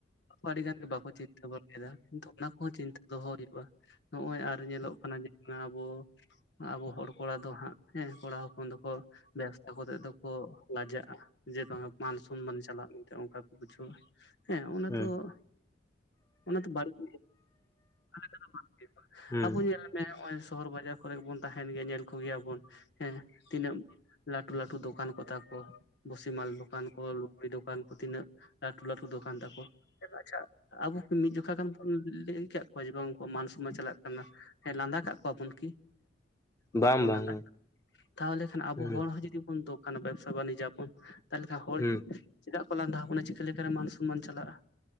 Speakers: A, on the left; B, on the left.
A: ᱟᱹᱰᱤ ᱜᱟᱱ ᱜᱮ ᱵᱟᱠᱚᱡ <unintelligible> ᱠᱤᱱᱛᱩ ᱚᱱᱟ ᱠᱚᱦᱚᱸ ᱪᱤᱱᱛᱟᱹ ᱫᱚᱦᱚ ᱦᱩᱭᱩᱜ-ᱟ ᱱᱚᱜ-ᱚᱭ ᱟᱨ ᱧᱮᱞᱚᱜ ᱠᱟᱱᱟ ᱡᱮ ᱱᱚᱜᱚᱭ ᱟᱵᱚ ᱟᱵᱚ ᱦᱚᱲ ᱠᱚᱲᱟ ᱫᱚ ᱦᱟᱸᱜ ᱦᱮᱸ ᱠᱚᱲᱟ ᱦᱚᱯᱚᱱ ᱫᱚᱠᱚ ᱵᱮᱥᱛᱚ ᱠᱚᱛᱮ ᱫᱚᱠᱚ ᱞᱟᱡᱟᱜ-ᱟ ᱡᱮ ᱵᱟᱝᱟ ᱢᱟᱱ ᱥᱚᱢᱢᱟᱱ ᱪᱟᱞᱟᱜ ᱤᱧ ᱛᱮ ᱚᱱᱠᱟ ᱠᱚ ᱵᱩᱡᱷᱟᱹᱣᱟ ᱦᱮᱸ ᱚᱱᱟ
B: ᱦᱩᱸ
A: ᱛᱚ ᱦᱚ ᱚᱱᱟ ᱫᱚ ᱵᱟᱹᱲᱤᱡ <inaudible>
B: ᱦᱩᱸ
A: ᱟᱵᱚ
B: ᱦᱩᱸ
A: ᱧᱮᱞᱮᱢ ᱢᱮ ᱦᱚᱜᱚᱭ ᱥᱚᱦᱚᱨ ᱵᱟᱡᱟᱨ ᱠᱚᱨᱮ ᱜᱮᱵᱚᱱ ᱛᱟᱦᱮᱱ ᱜᱮᱭᱟ ᱧᱮᱞ ᱠᱚᱜᱮᱭᱟ ᱵᱚᱱ ᱦᱮᱸ ᱛᱤᱱᱟᱹᱜ ᱞᱟᱴᱩ ᱞᱟᱴᱩ ᱫᱚᱠᱟᱱ ᱠᱚ ᱛᱟᱠᱚ ᱵᱷᱩᱥᱤ ᱢᱟᱞ ᱫᱚᱠᱟᱱ ᱠᱚ ᱞᱩᱜᱽᱲᱤ ᱫᱚᱠᱟᱱ ᱠᱚ ᱛᱤᱱᱟᱹᱜ ᱞᱟᱴᱩ ᱞᱟᱴᱩ ᱫᱚᱠᱟᱱ ᱛᱟᱠᱚ <unintelligible> ᱟᱵᱚ ᱠᱤ ᱢᱤᱫ ᱡᱚᱠᱷᱟ ᱜᱟᱱ ᱵᱚᱱ ᱞᱟᱹᱭ ᱠᱟᱫ ᱠᱚᱣᱟ ᱡᱮ ᱵᱟᱝ ᱩᱱᱠᱩᱣᱟᱜ ᱢᱟᱱ ᱥᱚᱢᱢᱟᱱ ᱪᱟᱞᱟᱜ ᱠᱟᱱᱟ ᱦᱮ ᱞᱟᱸᱫᱟ ᱠᱟᱜ ᱠᱚᱣᱟ ᱵᱟᱵᱚᱱ ᱠᱤ ᱵᱟᱵᱚᱱ
B: ᱵᱟᱝ ᱵᱟᱝ
A: ᱞᱟᱸᱫᱟ
B: ᱵᱟᱝ
A: ᱛᱟᱦᱞᱮ ᱠᱷᱟᱱ ᱟᱵᱚ
B: ᱦᱩᱸ
A: ᱦᱚᱲ ᱦᱚᱸ ᱡᱩᱫᱤ ᱫᱚᱠᱟᱱᱟ ᱵᱮᱵᱥᱟ ᱵᱟᱱᱤᱡᱟ ᱟᱵᱚᱱ ᱛᱟᱦᱞᱮ ᱠᱷᱟᱱ ᱦᱚᱲ
B: ᱦᱩᱸ
A: ᱪᱮᱫᱟᱜ ᱠᱚ ᱞᱟᱸᱫᱟᱦᱟ ᱵᱚᱱᱟ ᱪᱤᱠᱟᱹ ᱞᱮᱠᱟᱨᱮ ᱢᱟᱱ ᱥᱚᱱᱢᱟᱱ ᱪᱟᱞᱟᱜ-ᱟ᱾